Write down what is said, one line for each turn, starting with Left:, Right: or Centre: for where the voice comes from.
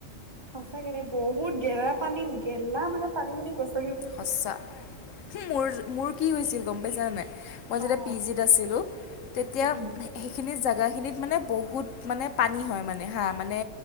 Right: সঁচাকেৰে বহুত গেলা পানী, গেলা মানে পানী খিনি গৈছ
Left: সচা, মোৰ মোৰ কি হৈছিল গম পাইছা নাই? মই যেতিয়া
Right: অ'
Left: পি জিত আছিলোঁ, তেতিয়া
Right: উম
Left: সেইখিনি জাগাত সেইখিনিত মানে বহুত পানী হয় মানে হা মানে